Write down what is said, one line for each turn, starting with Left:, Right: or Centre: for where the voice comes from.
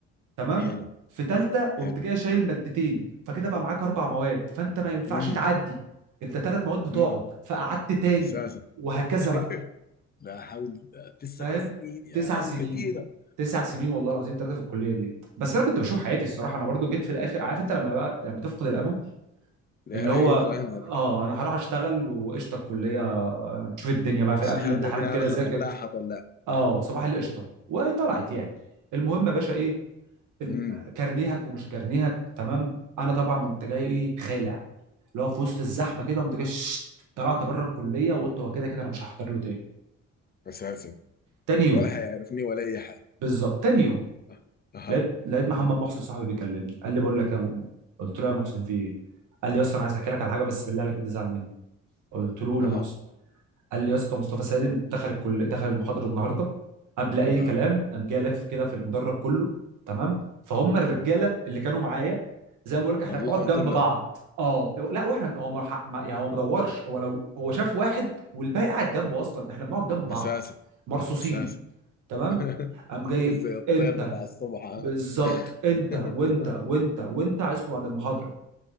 Right: تمام
Left: حلو
Right: في تالتة قمت
Left: حلو
Right: جاي شايل مادتين فكده بقى معاك اربع مواد فانت ما ينفعش
Left: امم
Right: تعدي انت تلات مواد بتقعد
Left: امم
Right: فقعدت تاني
Left: اساسا
Right: وهكذا
Left: <laughs>
Right: بقى
Left: لا حول الله تسع
Right: فاهم
Left: سنين يا
Right: تسع
Left: مان
Right: سنين
Left: كثيره
Right: تسع سنين والله العظيم ثلاثة في الكلية دي بس انا كنت بشوف حياتي الصراحة انا برضو جيت في الاخر عارف انت لما بقى لما تفقد الامل
Left: لا
Right: اللي هو
Left: هي فاهم عليك
Right: اه انا هروح اشتغل وقشطة الكلية نشوف الدنيا بقى في
Left: الشهادة
Right: قبل الامتحانات
Left: دي
Right: كده
Left: أنا حطلعها
Right: ذاكر
Left: حطلعها
Right: اه صباح القشطة وطلعت يعني المهم يا باشا ايه إن-
Left: امم
Right: كارنيهك ومش كارنيهك تمام انا طبعا قمت جاي ايه خالع اللي هو في وسط الزحمه كده قمت جاي شت، طلعت بره الكليه وقلت هو كده كده انا مش هحضر له تاني
Left: أساسا
Right: تاني يوم
Left: ولا حيعرفني ولا أي حاجة
Right: بالظبط تاني يوم
Left: أه. أها
Right: لقيت لقيت محمد محسن صاحبي بيكلمني قال لي بقول لك إيه يا مؤمن قلت له يا محسن في ايه قال لي يا اسطى انا عايز احكي لك على حاجه بس بالله عليك ما تزعل مني قلت له قول
Left: أها
Right: يا محسن قال لي يا اسطى مصطفى سالم دخل الكل دخل المحاضره النهارده قبل اي
Left: أها
Right: كلام قام جه لف كده في المدرج كله تمام فهم الرجاله
Left: امم
Right: اللي كانوا معايا زي ما بقول لك احنا
Left: طلعهم
Right: بنقعد جنب
Left: كلهم
Right: بعض اه لا واحنا هو ما ح- ما- يعني هو ما دورش هو لو هو شاف واحد والباقي قاعد جنبه اصلا احنا بنقعد جنب بعض
Left: أساسا
Right: مرصوصين
Left: أساسا
Right: تمام
Left: <laughs>
Right: قام جاي
Left: زي الطير
Right: انت
Left: بتاع الصبح ها؟
Right: بالظبط انت
Left: <laughs>
Right: وانت وانت وانت عايزكم بعد المحاضره